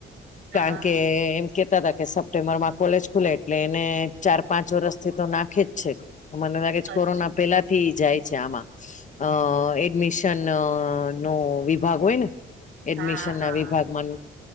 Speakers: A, on the right; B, on the left.
A: હા
B: કારણ કે એમ કેતા હતા કે સપ્ટેમ્બર માં કોલેજ ખુલે એટલે એને ચાર પાંચ વરષથી તો નાખે જ છે મને લાગે છે
A: અચ્છા
B: કોરોના પેલા થી જાય છે આમાં અ એડમિશન નો વિભાગ હોય ને એડમિશન
A: હા હા
B: ના વિભાગમાં